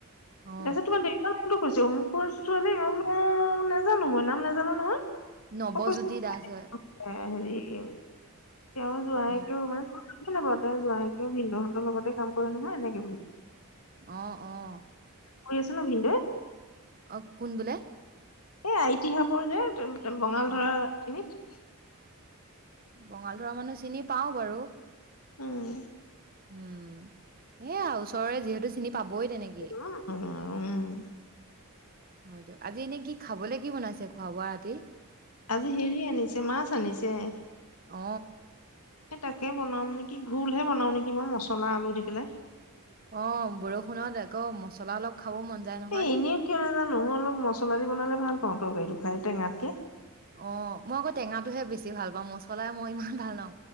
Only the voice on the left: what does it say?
তাৰ পিছত তোমাৰ দেখ কৈছো অমোকৰ ছোৱালী ও নাজানো মই নাম নাজানো নহয়।
অ কৈছে
হেৰি তেওঁ যোৱাই
কেও মানে <unintelligible> বৰতাৰ যোৱইকেও ভিনদুহঁতৰ লগতে কাম কৰে নহয় এনেকে বুলি
আহি আছে ন ভিনদয়ে?
এ আইতিহাবৰ যে বঙাল
ধৰা খিনিত।
উম।
নোৱাৰো উম
আজি হেৰি আনিছে মাছ আনিছে।
তাকে বনাম নেকি ভুলহে বনাম নেকি মই মছলা আলু দি পেলাই।
এ এনেও কিয় নাজানো মই অলপ মছলা দি বনালে ভাল পাওঁ তৰকাৰীটো খাই টেঙাতকে